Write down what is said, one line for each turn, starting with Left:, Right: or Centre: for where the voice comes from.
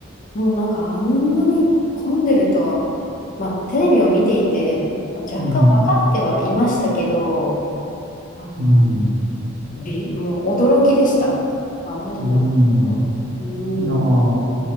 Left: もうなんかあんなに混んでるとは、まあ、テレビを見ていて、まあ、若干分かってはいましたけど、
Right: うん、
Left: あの
Right: うん、
Left: び、もう驚きでした。あまりの人に。
Right: うん。
Left: うん。
Right: いやー